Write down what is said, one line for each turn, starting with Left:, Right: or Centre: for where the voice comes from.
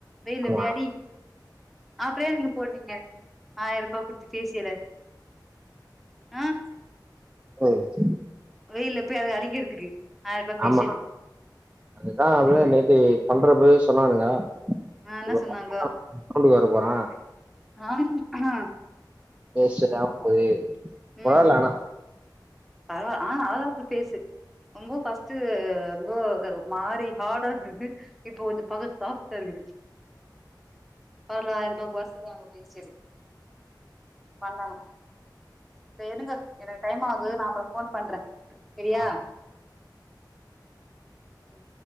Centre: வெயில்ல
Right: ஆமா
Centre: விளையாடி அப்பறோ ஏ நீங்க போடுறீங்க ஆயிரூபா குடுத்து ஃபேசியில ம்
Right: ஆ சரி
Centre: வெயில்ல போய் அத அழிக்கிறதுக்கு ஆயிரரூபா ஃபேஷியலு
Right: ஆமா அதுதா அவக நேத்து பண்றப்பவே சொன்னானுங்க
Centre: ஆ என்னா
Right: இப்ப
Centre: சொன்னாங்கோ
Right: காம்பவுண்டுக்கு வர போறா
Centre: ஆ
Right: ஃபேசியல் ஏ போது
Centre: ம்
Right: பரவால்ல ஆனா
Centre: பரவா ஆ நல்லாதா இருக்கு ஃபேஸு ரொம்போ ஃபஸ்ட் ரொம்போ மாரி ஹார்டாந்துது இப்போ கொஞ்சொ பாக்க சாஃப் டாருக்குது அதுல ஆயிரூபாக்கு வொர்த்துதா அவ்ங்க ஃபேசியலுக் பண்ணனு சரி இடுங்க எனக்கு டைம் ஆது நா அப்பறோ ஃபோன் பண்றே சரியா
Right: ஆ
Centre: ம்